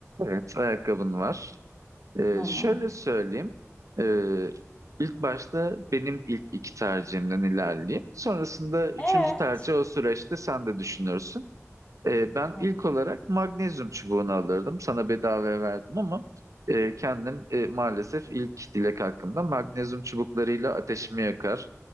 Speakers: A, on the right (about 85°); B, on the left (about 20°).
A: Evet, ayakkabın var. Ee,
B: Tamam.
A: şöyle söyleyeyim. Ee, ilk başta benim ilk iki tercihimden ilerleyeyim. Sonrasında üçüncü
B: Ee?
A: tercih o süreçte sen de düşünürsün. Ee, ben
B: Tamam.
A: ilk olarak magnezyum çubuğunu alırdım. Sana bedavaya verdim ama e, kendim e, maalesef ilk dilek hakkımda magnezyum çubuklarıyla ateşimi yakar.